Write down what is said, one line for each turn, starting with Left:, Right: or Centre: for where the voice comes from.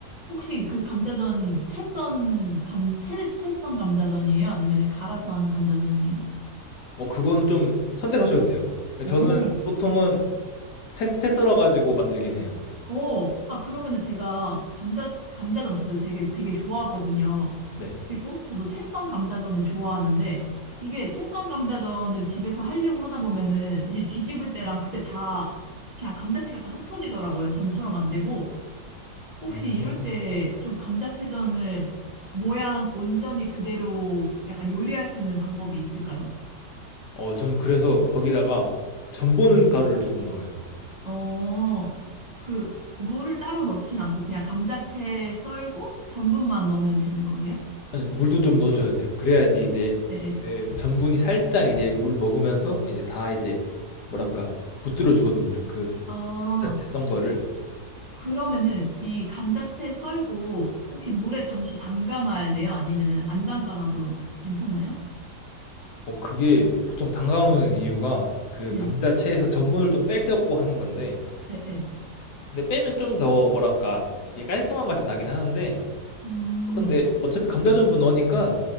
Right: 혹시 그 감자전 채썬 감, 채, 채썬 감자전이에요? 아니면은 갈아서 하는 감자전이에요?
Left: 어 그거는 좀 선택하셔도 돼요. 예
Right: 어,
Left: 저는 보통은 채 채 썰어 가지고 만들긴 해요.
Right: 오 아, 그러면은 제가 감자, 감자전 저도 되게, 되게 좋아하거든요.
Left: 네.
Right: 그리고 저도 채썬 감자전을 좋아하는데 이게 채썬 감자전을 집에서 하려고 하다 보면은 이제 뒤집을 때랑 그때 다 그냥 감자채가 다 흩어지더라고요. 전처럼 안 되고 혹시
Left: 음.
Right: 이럴 때 좀 감자채전을 모양 온전히 그대로 약간 요리할 수 있는 방법이 있을까요?
Left: 어, 전 그래서 거기다가 전분 가루를 조금 넣어요.
Right: 어, 그 물을 따로 넣진 않고 그냥 감자채 썰고 전분만 넣으면 되는 거예요?
Left: 아니, 물도 좀 넣어줘야 돼요. 그래야지 이제
Right: 예. 예.
Left: 그 전분이 살짝 이제 물 먹으면서 이제 다 이제 뭐랄까 붙들어 주거든요. 그
Right: 아.
Left: 감자채 썬 거를.
Right: 그러면은 이 감자채 썰고 혹시 물에 잠시 담가 놔야 돼요? 아니면은 안 담가 놔도 괜찮나요?
Left: 어, 그게 보통 담가놓는 이유가 그
Right: 네.
Left: 감자채에서 전분을 좀 빼려고 하는 건데,
Right: 네, 네.
Left: 근데 빼면 좀 더 뭐랄까 이게 깔끔한 맛이 나긴 하는데,
Right: 음.
Left: 근데 어차피 감자 전분 넣으니까